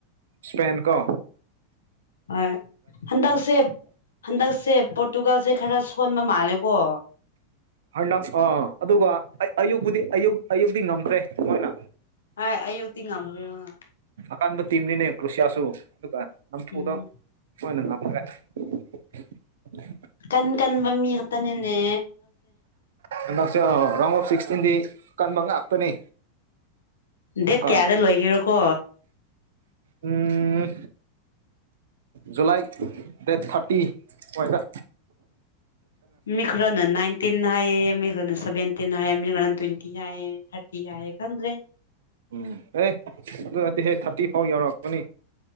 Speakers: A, on the right (about 60°); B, on the left (about 65°).
A: ꯏꯁꯄꯦꯟꯀꯣ
B: ꯍꯣꯏ ꯍꯟꯗꯛꯁꯦ ꯍꯟꯗꯛꯁꯦ ꯄꯣꯔꯇꯨꯒꯜꯁꯦ ꯈꯔ ꯐꯣꯟꯣꯟ ꯃꯥꯂꯀꯣ
A: ꯍꯟꯗꯛ ꯑꯥ ꯑꯗꯨꯒ ꯑꯌꯨꯛꯄꯗꯤ ꯑꯌꯨꯛ ꯑꯌꯨꯛꯇꯤ ꯉꯝꯈ꯭ꯔꯦ ꯃꯣꯏꯅ
B: ꯑ ꯑꯌꯣꯇꯤ ꯉꯃ
A: ꯑꯀꯥꯟꯕ ꯇꯤꯝꯅꯤꯅꯦ ꯀꯨꯁꯤꯌꯥꯁꯨ ꯑꯗꯨꯒ ꯅꯝꯐꯨꯗꯣꯏꯅ
B: ꯎꯝ
A: <unintelligible> <inaudible>
B: ꯀꯟ ꯀꯟꯕꯝꯃꯤ ꯃꯤ ꯏꯔ ꯇ ꯅꯦꯅꯦ
A: ꯍꯟꯗꯛꯁꯦ ꯔꯥꯎ ꯑꯣꯐ ꯁꯤꯛꯁꯇꯤꯟꯗꯤ ꯑꯀꯟꯕ ꯉꯥꯛꯇꯅꯤ ꯑꯃꯨꯛꯀ
B: ꯗꯦꯠ ꯀꯌꯥꯗ ꯂꯣꯏꯒꯦꯔꯣꯀꯣ
A: ꯎꯝ ꯖꯨꯂꯥꯏ ꯗꯦꯠ ꯊꯥꯔꯇꯤ ꯑꯣꯏꯗ
B: ꯃꯤꯈ꯭ꯔꯅ ꯅꯥꯏꯟꯇꯤꯟ ꯍꯥꯏꯌꯦ ꯃꯤꯅ ꯁꯕꯦꯟꯇꯤꯟ ꯍꯥꯏꯌꯦꯦ ꯃꯤꯅ ꯇ꯭ꯋꯦꯟꯇꯤ ꯍꯥꯏꯌꯦ ꯊꯥꯔꯇꯤ ꯍꯥꯏꯌꯦꯦ ꯈꯗ꯭ꯔꯦ
A: ꯎꯝ ꯑꯦ ꯑꯗꯨ ꯅꯗꯤ ꯍꯦ ꯊꯥꯔꯇꯤ ꯐꯥꯎ ꯌꯥꯎꯔꯛꯀꯅꯤ